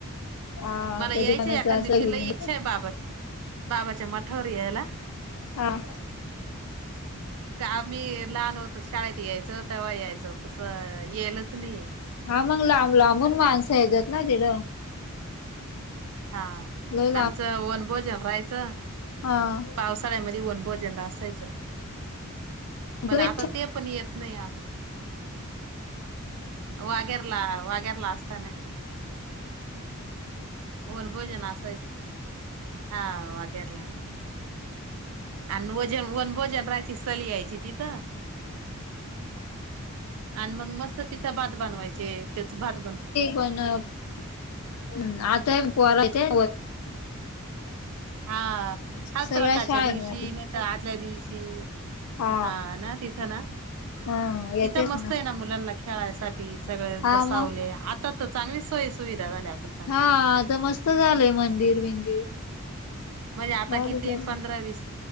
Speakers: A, on the left; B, on the right.
A: हा
B: मलां
A: कधी
B: यायचं
A: कोणाचं
B: एखाद्या
A: असं
B: दिवशीला
A: घेन
B: ईच्छा आहे बाबां बाबांच्या मठावरं यायंला
A: हां
B: त्यां आम्हीं लहांन होतो शाळेंत यायचं तेंव्हा यायचं तसं येईलच नाहीं
A: हां मंग लांब लांबून माणसं येतांत नां तिकडं
B: हां
A: लय
B: आमचं वनभोजन राहायचं
A: हां
B: पावसाळ्यांमध्ये वनभोजनं असायचं पणं
A: तुम्ही
B: आंता ते पणं येतं नाहीं आम्हीं वाघेरलां वाघेर लां असतांना वनभोजनं असायचं हां वाघेरलां आणि वंजन वनं भोजन राहायंची चली यांयची तिथं आणि मंग मस्तं तिथं भांत बनवायचे तेचं भांत बन
A: पणं हम्मं आंता पोरांच्या
B: हां हरितालिकांच्या
A: सगळ्या शाळेमध्ये
B: दिवशी नाहीं तरं आदल्यां दिवशी
A: हा
B: हां नां तिथं नां
A: हा येतेच
B: तिथं मस्तं
A: ना
B: आहे नां मुलांना खेळांयसाठी सगळें
A: हा
B: बसावले
A: मग
B: आंता तरं चांगली सोय सुविधा झाल्यां असलं
A: हां आंता मस्तं झालंय मंदिर बिंदिर
B: म्हणजे आंता
A: भारी
B: किती
A: झालं
B: पंधरा वीस